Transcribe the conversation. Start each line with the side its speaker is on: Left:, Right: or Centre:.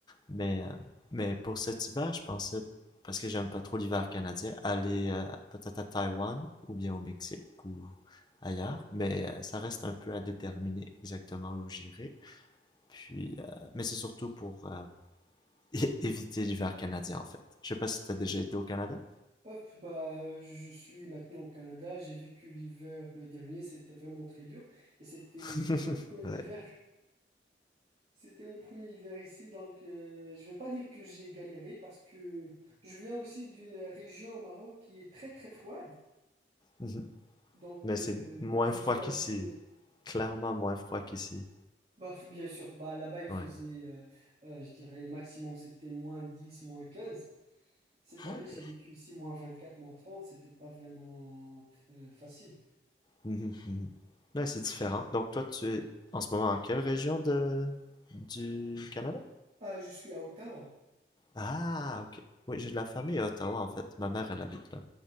Left: Mais, euh, mais pour cet hiver, je pensais, parce que j'aime pas trop l'hiver canadien, aller euh, peut-être à Taïwan, ou bien au Mexique, ou ailleurs. Mais euh, ça reste un peu à déterminer exactement où j'irai. Puis, euh, mais c'est surtout pour euh, <laughs> é- éviter l'hiver canadien, en fait. Je sais pas si t'as déjà été au Canada.
Right: Hop, bah, euh, je suis maintenant au Canada. J'ai vécu l'hiver euh, dernier. C'était vraiment très dur. Et c'était
Left: <laughs>
Right: mon premier
Left: Ouais.
Right: hiver. <laughs> C'était mon premier hiver ici. Donc, euh, je vais pas dire que j'ai galéré parce que je viens aussi d'une région au Maroc qui est très, très froide.
Left: Mhm.
Right: Donc,
Left: Mais c'est
Right: euh,
Left: moins
Right: je
Left: froid
Right: me suis
Left: qu'ici.
Right: habitué.
Left: Clairement moins froid qu'ici.
Right: Bah, f- bien sûr. Bah, là-bas, il
Left: Ouais.
Right: faisait, euh, euh, je dirais, maximum, c'était moins 10 moins quinze Cette année,
Left: Ok.
Right: j'ai vécu ici moins 24, moins 30. C'était pas vraiment euh, facile.
Left: Mhm, mhm. Ouais, c'est différent. Donc toi, tu es en ce moment en quelle région de du Canada?
Right: Ah, je suis à Ottawa.
Left: Ah, ok. Oui, j'ai de la famille à Ottawa, en fait. Ma mère, elle habite là.